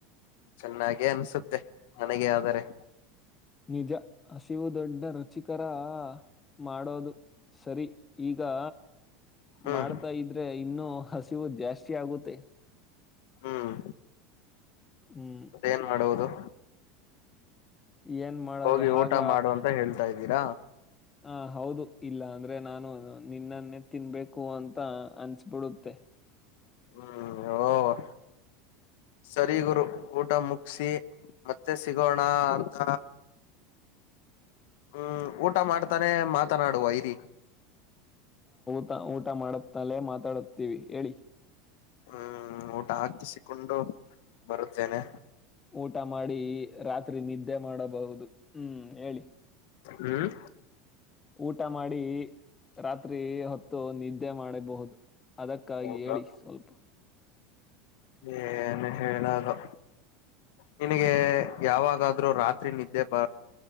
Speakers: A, on the left; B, on the left.
A: ಚೆನ್ನಾಗೆ ಅನ್ಸುತ್ತೆ ಮನೆಗೆ ಆದರೆ
B: ನಿಜ ಹಸಿವು ದೊಡ್ಡ ರುಚಿಕರ ಮಾಡೋದು ಸರಿ ಈಗಾ
A: ಹ್ಮ್
B: ಮಾಡ್ತಾ ಇದ್ರೆ ಇನ್ನುೂ ಹಸಿವು ಜಾಸ್ತಿ ಆಗುತ್ತೆ.
A: ಹ್ಮ್
B: ಹ್ಮ್
A: ಮತ್ತೇನ್ ಮಾಡುವುದು
B: ಏನ್ ಮಾಡೋದು
A: ಹೋಗಿ ಊಟ
B: ಆಗ
A: ಮಾಡು ಅಂತ ಹೇಳ್ತಾ ಇದ್ದೀರಾ.
B: ಹ ಹೌದು ಇಲ್ಲ ಅಂದ್ರೆ ನಾನು ನಿನ್ನನ್ನೇ ತಿನ್ಬೇಕು ಅಂತ ಅನ್ಸ್ಬಿಡುತ್ತೆ
A: ಹ್ಮ್ ಸರಿ ಗುರು ಊಟ ಮುಗಸಿ ಮತ್ತೆ ಸಿಗೋಣ ಅಂತ ಹ್ಮ್ ಊಟ ಮಾಡ್ತಾನೆ ಮಾತನಾಡುವ ಇರಿ
B: ಊ ಊಟ ಮಾಡುತ್ತಲೆ ಮಾತಾಡುತ್ತೀವಿ ಹೇಳಿ.
A: ಹ್ಮ್ ಊಟ ಹಾಕಿಸಿಕೊಂಡು ಬರುತ್ತೇನೆ.
B: ಊಟ ಮಾಡಿ ರಾತ್ರಿ ನಿದ್ದೆ ಮಾಡಬಹುದು ಹ್ಮ್ ಹೇಳಿ.
A: ಹ್ಮ್
B: ಊಟ ಮಾಡಿ ರಾತ್ರಿ ಹೊತ್ ನಿದ್ದೆ ಮಾಡಿಬಹುದು ಅದಕ್ಕಾಗಿ
A: ಹೌದಾ
B: ಹೇಳಿ ಸ್ವಲ್ಪ
A: ಏನು ಹೇಳೊದೊ ನಿನಿಗೆ ಯಾವಾಗಾದ್ರೂ ರಾತ್ರಿ ನಿದ್ದೆ ಬ